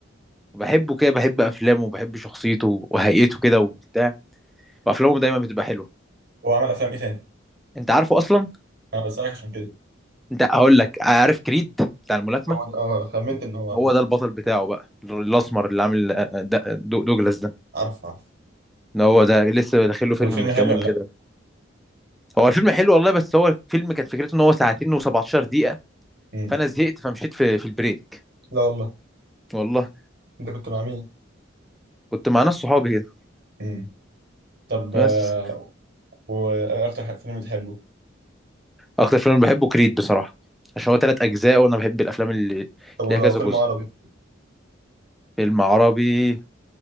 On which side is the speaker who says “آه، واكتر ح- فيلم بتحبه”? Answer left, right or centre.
Right